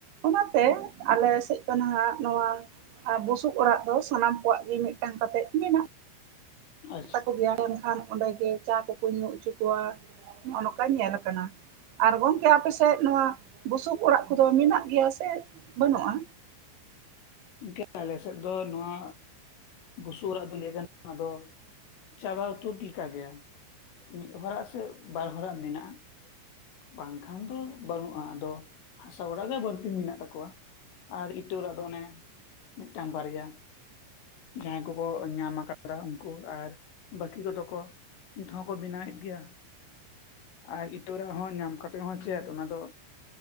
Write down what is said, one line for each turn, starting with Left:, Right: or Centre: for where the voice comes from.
Right: ᱚᱱᱟᱛᱮ ᱟᱞᱮ ᱥᱮᱡ ᱫᱚ ᱱᱟᱦᱟᱜ ᱱᱚᱣᱟ ᱟᱨ ᱵᱩᱥᱩᱵ ᱚᱲᱟᱜ ᱫᱚ ᱥᱟᱱᱟᱢ ᱠᱚᱣᱟᱜ ᱜᱤ ᱢᱤᱫᱴᱟᱝ ᱠᱟᱛᱮᱫ ᱢᱮᱱᱟᱜ
Left: ᱟᱪᱪᱷᱟ
Right: ᱛᱟᱠᱚ ᱜᱮᱭ ᱮᱱᱠᱷᱟᱱ ᱚᱸᱰᱮ ᱜᱮ ᱪᱟ ᱠᱚᱠᱚ ᱧᱩ ᱚᱪᱚ ᱠᱚᱣᱟ ᱱᱚᱜ-ᱚ ᱱᱚᱸᱠᱟ ᱧᱮᱞ ᱟᱠᱟᱱᱟ ᱟᱨ ᱜᱚᱝᱠᱮ ᱟᱯᱮᱥᱮᱫ ᱱᱚᱣᱟ ᱵᱩᱥᱩᱵ ᱚᱲᱟᱜ ᱠᱚᱫᱚ ᱢᱮᱱᱟᱜ ᱜᱮᱭᱟ ᱥᱮ ᱵᱟᱹᱱᱩᱜᱼᱟ
Left: ᱜᱚᱝᱠᱮ ᱟᱞᱮᱥᱮᱫ ᱫᱚ ᱱᱚᱣᱟ ᱵᱩᱥᱩᱵ ᱚᱲᱟᱜ ᱫᱚ ᱞᱟᱹᱭ ᱜᱟᱱᱚᱜᱼᱟ ᱟᱫᱚ ᱪᱟᱵᱟ ᱩᱛᱟᱹᱨ ᱞᱮᱠᱟ ᱜᱮ ᱢᱤᱫ ᱦᱚᱲᱟᱜ ᱥᱮ ᱵᱟᱨ ᱦᱚᱲᱟᱜ ᱢᱮᱱᱟᱜᱼᱟ ᱵᱟᱝᱠᱷᱟᱱ ᱫᱚ ᱵᱟᱹᱱᱩᱜᱼᱟ ᱟᱫᱚ ᱦᱟᱥᱟ ᱚᱲᱟᱜ ᱜᱮ ᱵᱟᱲᱛᱤ ᱢᱮᱱᱟᱜ ᱛᱟᱠᱚᱣᱟ ᱟᱨ ᱤᱴᱟᱹ ᱚᱲᱟᱜ ᱫᱚ ᱚᱱᱮ ᱢᱤᱴᱟᱝ ᱵᱟᱨᱭᱟ ᱡᱟᱸᱦᱟᱸᱭ ᱠᱚᱠᱚ ᱧᱟᱢ ᱟᱠᱟᱫᱟ ᱩᱱᱠᱩ ᱟᱨ ᱵᱟᱺᱠᱤ ᱠᱚᱫᱚ ᱠᱚ ᱱᱤᱛ ᱦᱚᱸᱠᱚ ᱵᱮᱱᱟᱣᱮᱫ ᱜᱮᱭᱟ ᱟᱨ ᱤᱴᱟᱹ ᱚᱲᱟᱜ ᱦᱚᱸ ᱧᱟᱢ ᱠᱟᱛᱮᱫ ᱦᱚᱸ ᱪᱮᱫ ᱚᱱᱟ ᱫᱚ